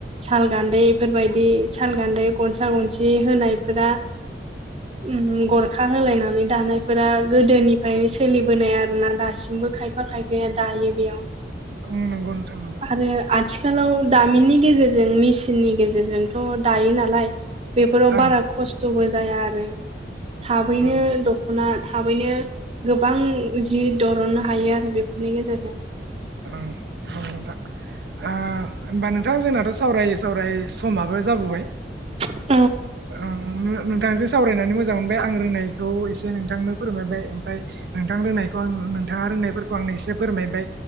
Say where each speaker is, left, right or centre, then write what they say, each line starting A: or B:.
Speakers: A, on the right; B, on the right.
A: साल गान्दैफोरबायाददि साल गान्दै गनसा गन सि होनायफोरा उम गरखा होलायनानै दानायफोरा गोदोनिफ्रायनो सोलिबोनाय आरोना दासिम। बो खायफा खायफाया दायो बेयाव
B: अ नंगौ नोंथां नंगौ।
A: आरो आथिखालाव दामिननि गेजेरजों मेसिननि गेजेरजोंथ' दायो नालाय। बेफोराव
B: ओं
A: बारा खस्थ'बो जाया आरो थाबैनो
B: ओं
A: दख'ना थाबैनो गोबां जि दरननो हायो आरो बेफोरनि गेजेरजों।
B: उम नंगौ नोंथां। ओ होमबा नोंथां जोंनाथ' सावरायै सावरायै समाबो जाबोबाय
A: <inaudible>
B: ओंओ नोंथांजों सावरायनानै मोजां मोनबाय आं रोंनायखौ एसे नोंथांनो फोरमायबाय ओमफ्राय नोंथां रोंनायखौ आं नोंथाङा रोंनायफोरखौ आंनो एसे फोरमायबाय